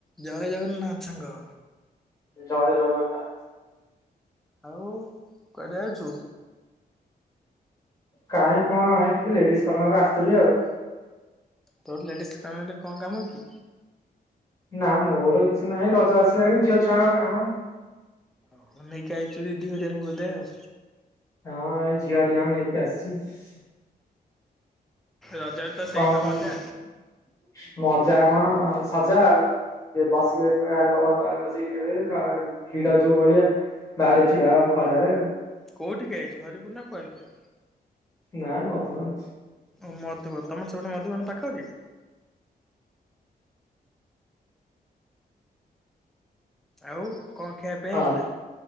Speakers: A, in the centre; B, on the left.
A: ଜୟ ଜଗନ୍ନା <unintelligible>
B: ଜୟ ଜଗନ୍ନାଥ।
A: ହଉ କୁଆଡେ ଆଉଛୁ?
B: କାହିଁ କଣ ଏ ଟିକେ ଲେଡିଜ କର୍ନର ଆସିଥିଲି ଆଉ
A: ତୋ ଲେଡିସ୍ କର୍ନରରେ କଣ କାମ କି?
B: ନା ମୋର କିଛି ନାହିଁ ରଜ ଆସିଲାଣି ଝିଅ ଛୁଆଙ୍କ କାମ।
A: ଓଉ ନେଇକି ଆାଇଚୁ ଦିଇ ହଜାର ବଧେ ଆଉ
B: ହଁ ଏଇ ଝିଅରିଆଙ୍କୁ ନେଇକି ଆସିଛି।
A: ରଜରେ ତ ସେଇ
B: କଣ
A: ତ
B: କରିନି
A: ମଜା
B: ମଜା କଣ? ସଜା ଆଉ ସେ ବସିବେ ଫ୍ୟାନ ପବନ ତଳେ ବସେଇି ଭିଡ ଯୋଉ ଭଳିଆ ବାହାରେ ଛିଡାହ ଆଉ ଖରାରେ ଆଉ
A: କେଉଁଠିକି ଆଇଛୁ ହରିପୁର ନା କ ଆ
B: ନାଇଁ ମତ
A: ଓ ମଧୁବନ ତମର ସେପଟେ ମଧୁବନ ପାଖ କି? ଆଉ। କଣ ଖିଆପିଆ
B: ହଁ
A: ହେଇଥିଲା